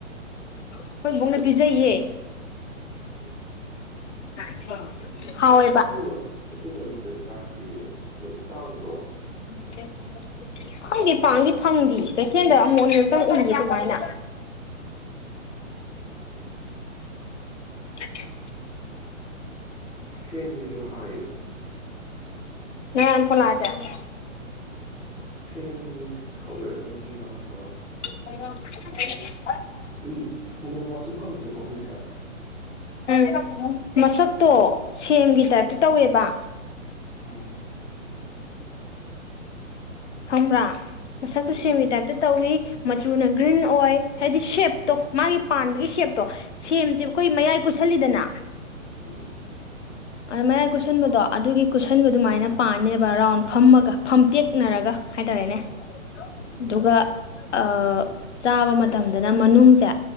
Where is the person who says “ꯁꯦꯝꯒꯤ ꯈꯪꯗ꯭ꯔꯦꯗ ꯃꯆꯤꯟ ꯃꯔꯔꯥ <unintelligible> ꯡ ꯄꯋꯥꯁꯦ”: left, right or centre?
Centre